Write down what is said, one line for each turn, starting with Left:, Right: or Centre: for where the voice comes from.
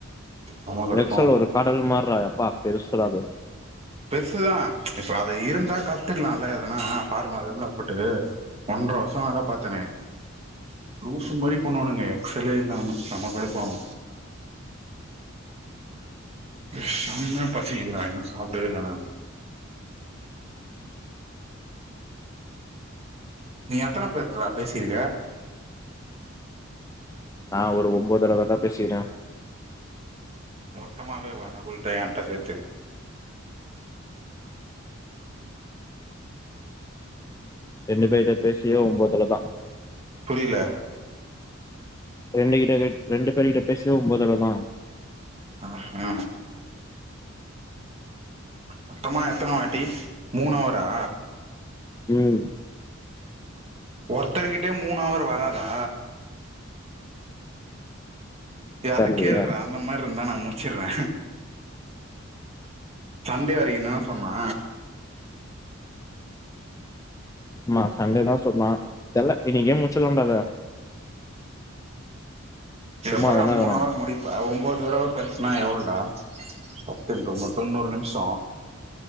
Right: செம கடுப்பாவு
Left: எக்ஸல் ஒரு கடல் மார்றா எப்பா பெருசுடா அது
Right: பெருசுதா இப்ப அது இருந்தா கத்துக்கலால்ல எதுனா ஃபார்மலா போட்டு ஒன்ற வருஷோ வேல பாத்தனே லூசு மாரி பண்ணுவாணுங்க எக்ஸ்லே இந்தாமைச்சு செம கடுப்பாகு ம் செம்மையா பசிக்குதுடா இன்னு சாப்பிடுடவே இல்ல நானு
Left: ம்
Right: நீ எத்தன பேருட்டடா பேசிருக்க
Left: நா ஒரு ஒம்போதுதடவ தான்டா பேசிறே
Right: மொத்தமாவே வேனா உன்ட என்ட்ட சேத்து
Left: ரெண்டு பேருட்ட பேசியே ஒம்பதுல தா
Right: புரியல
Left: ரெண்டு கிட்ட ரெண்டு பேருர்கிட்ட பேசிய ஒம்பதர தா
Right: ஆ ஹா மொத்தமா எத்தன வாட்டி மூணவரா
Left: ம்
Right: ஒருத்தருகிட்டயே மூணவரு வராதா ஏ அத
Left: தெர்லயே
Right: கேள்ரா அந்த மார்ருந்தா நா முடிச்சுர்றே சண்டே வரைக்கு தான சொன்னா?
Left: ஆமா சண்டேதா சொன்னா தெர்ல இன்னிக்கே முச்சுலாண்டா அத.
Right: இப்ப
Left: சும்மா
Right: எப்பட்றா
Left: தான்டா
Right: மூணு
Left: இருக்குறோ
Right: அவர் முடி ப்ப ஒம்போ தடவ பேசனா எவ்ள்டா? பத்து இன்டூ ஒம்போது தொண்ணூறு நிம்ஷோ.